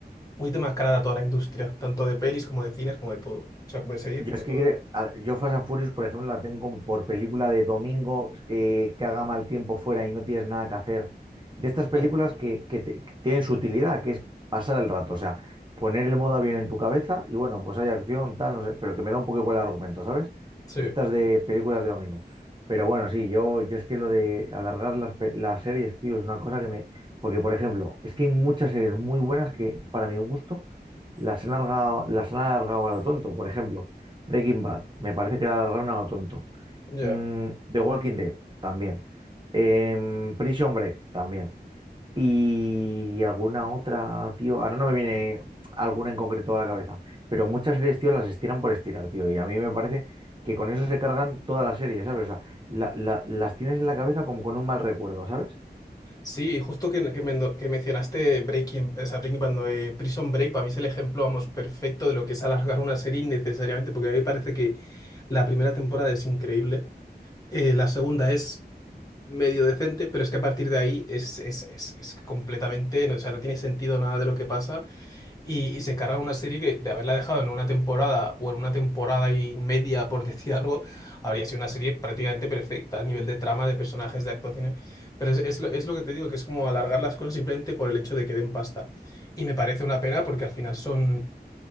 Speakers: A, on the left; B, on the right.
A: muy demascarada toda la industria, tanto de pelis como de cines, como de todo. O sea, como de series,
B: Yo
A: como
B: es
A: de
B: que
A: todo.
B: creo- a- yo Fast and Furious, por ejemplo, la tengo como por película de domingo eh, que haga mal tiempo fuera y no tienes nada que hacer. De estas películas
A: Mm,
B: que, que te- que tienen su utilidad, que es pasar el rato, o sea, poner el modo avión en tu cabeza y bueno, pues hay acción, tal, no sé, pero que me da un poco igual el argumento, ¿sabes?
A: sí,
B: De estas de películas de domingo. Pero bueno, sí, yo, yo es que lo de alargar las, pe- las series, tío, es una cosa que me... Porque, por ejemplo, es que hay muchas series muy buenas que, para mi gusto, las han alargado, las han alargado a lo tonto. Por ejemplo, Breaking Bad, me parece que la alargaron a lo tonto.
A: ya.
B: Mm, The Walking Dead, también. Em, Prison Break, también. Y alguna otra, tío. Ahora no me viene alguna en concreto a la cabeza. Pero muchas series, tío, las estiran por estirar, tío. Y a mí me parece que con eso se cargan toda la serie, ¿sabes? O sea, la- la- las tienes en la cabeza como con un mal recuerdo, ¿sabes?
A: Sí, justo que, que, men- que mencionaste Breaking, o sea, Breaking Bad, no, eh, Prison Break, para mí es el ejemplo, vamos, perfecto de lo que es alargar una serie innecesariamente, porque a mí me parece que la primera temporada es increíble. Eh, la segunda es medio decente, pero es que a partir de ahí es, es, es, es completamente, no, o sea, no tiene sentido nada de lo que pasa y, y se carga una serie que de haberla dejado en una temporada o en una temporada y media, por <laughs> decir algo, habría sido una serie prácticamente perfecta a nivel de trama, de personajes, de actuaciones, pero es, es lo, es lo que te digo, que es como alargar las cosas simplemente por el hecho de que den pasta. Y me parece una pena porque al final son